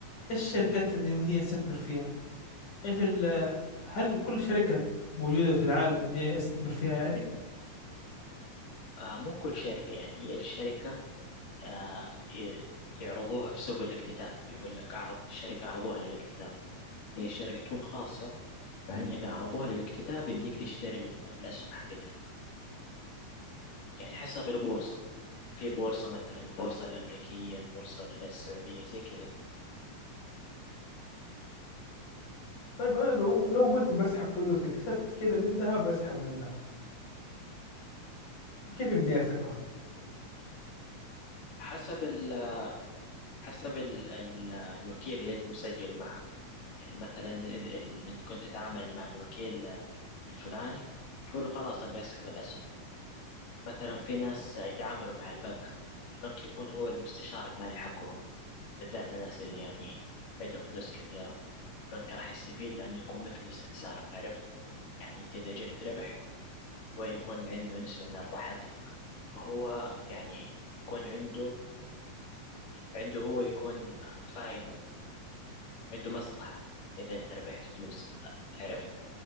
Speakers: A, on the left; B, on the left.
A: إيش الشركات اللي يمديني أستثمر فيها ايش ال هل كل شركة موجودة في العالم ان دي استثمر فيها يعني
B: آه، مو كل شركة يعني هي الشركة آه، ي- يعرضوها في سوق الاكتتاب يقول لك أعرض الشركة عرضوها للاكتتاب هي الشركة تكون خاصة بعدين إذا عرضوها للاكتتاب يمديك تشتري ال- الأسهم حقتها يعني حسب البورصة في بورصة مثلا البورصة الأمريكية البورصة السعودية زي كذا
A: طيب انا لو لو قلت بسحب فلوسي كسبت كده منها بسحب منها كيف بدي اسحبها
B: حسب ال حسب ال ال الوكيل اللي أنت مسجل معه يعني مثلا إذا ال- أنت كنت تتعامل مع الوكيل الفلاني تقول له خلاص أبي أسحب الأسهم مثلا في ناس يتعاملوا مع البنك البنك يكون هو المستشار المالي حقهم بالذات الناس اللي يعني عندهم فلوس كثيرة البنك راح يستفيد لأنه يكون مثل الاستثمار عرفت يعني أنت إذا جبت ربح هو يكون عنده نسبة من الأرباح حقتك فهو يعني يكون عنده عنده هو يكون فايدة عنده مصلحة إذا أنت ربحت فلوس عرفت